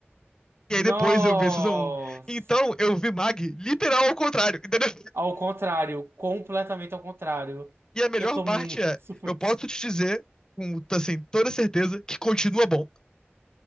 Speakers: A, on the left; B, on the right.
A: E
B: Nossa.
A: aí depois eu vi a Season 1. Então eu vi Mag literal ao contrário, entendeu?
B: Ao contrário, completamente ao contrário.
A: E a melhor
B: Eu tô
A: parte
B: muito
A: é,
B: <laughs> preso.
A: eu posso te dizer com assim, toda certeza que continua bom.